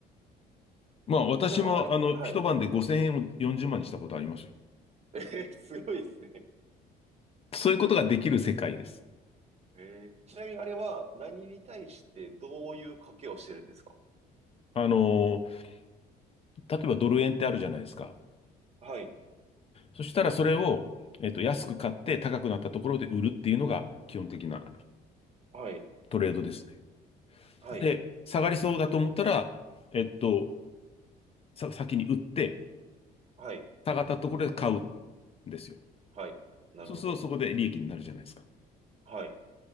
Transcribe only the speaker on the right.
でもあれ、はい。
<laughs> えーすごいですね。
ええちなみにあれは何に対してどういう賭けをしてるんですか
はい、
はい、
はい、
はい、
はい。なるほど。
はい。